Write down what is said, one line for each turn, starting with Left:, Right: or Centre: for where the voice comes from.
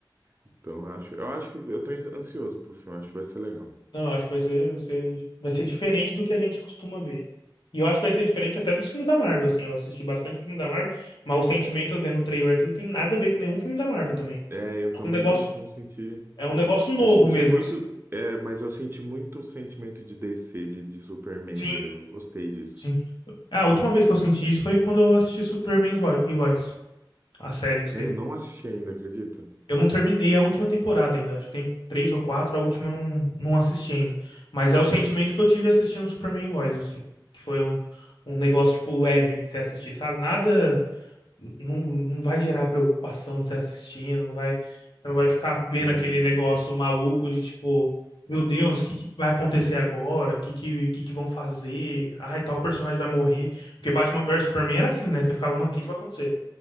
Right: Então eu acho, eu acho que eu tô ansioso pro filme, acho que vai ser legal.
Left: Não, eu acho que vai ser, vai ser, vai ser diferente do que a gente costuma ver. E eu acho que vai ser diferente até dos filmes da Marvel, assim. Eu assisti bastante filme da Marvel, mas o sentimento vendo o trailer aqui não tem nada a ver com nenhum filme da Marvel também.
Right: É, eu também
Left: É um negócio,
Right: não, não senti,
Left: é um
Right: né?
Left: negócio novo
Right: Eu senti
Left: mesmo,
Right: muito,
Left: assim.
Right: é, mas eu senti muito sentimento de DC, de, de Superman
Left: Sim,
Right: mesmo. Eu gostei disso.
Left: sim. A última vez que eu senti isso foi quando eu assisti Superman e Vo- e Lois, a série de
Right: Né,
Left: TV.
Right: Eu não assisti ainda, acredita?
Left: Eu não terminei a última temporada ainda, acho que tem três ou quatro, a última eu não, não assisti ainda. Mas é o sentimento que eu tive assistindo Superman Lois, assim. Que foi um, um negócio, tipo, leve de se assistir, sabe? Nada. Não, não vai gerar preocupação de se assistindo, não vai, você não vai ficar vendo
Right: Sim.
Left: aquele negócio maluco de tipo, meu Deus, o que, que vai acontecer agora? O que, que, que, que vão fazer? Ai, tal personagem vai morrer. Porque Batman versus Superman era assim, né? Você ficava, mano, o que, que vai acontecer?